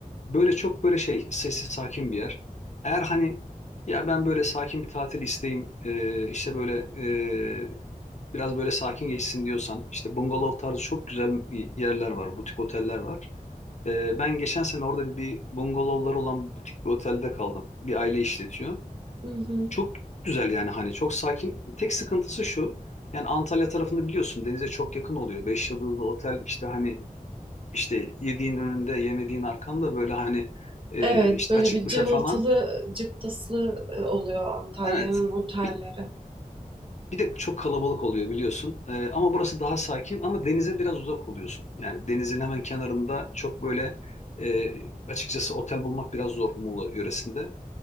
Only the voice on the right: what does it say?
Hı hı.
Evet,
böyle
bir
cıvıltılı,
cıptaslı e, oluyor Antalya'nın
otelleri.